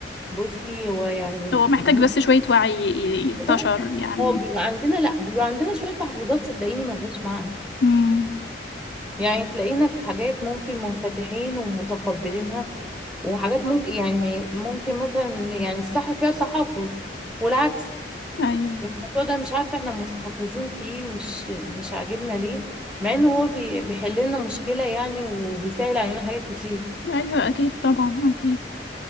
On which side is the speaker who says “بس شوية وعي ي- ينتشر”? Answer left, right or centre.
Left